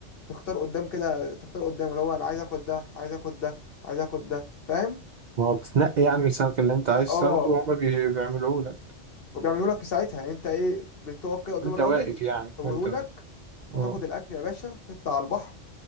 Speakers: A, on the left (about 55°); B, on the right (about 65°).
A: تختار قدام كده تختار قدام اللي هو انا عايز اخد ده عايز اخد ده عايز اخد ده فاهم
B: ما هو بتنقي يعني السمك اللي انت عايز
A: اه
B: تاخده وهما بي- بيعملوه لك
A: وبيعملوا لك في ساعتها يعني انت ايه بتقف كده قدام
B: وانت
A: الراجل
B: واقف يعني
A: يسويهولك
B: وانت واقف
A: وتاخد
B: اه
A: الاكل يا باشا تطلع على البحر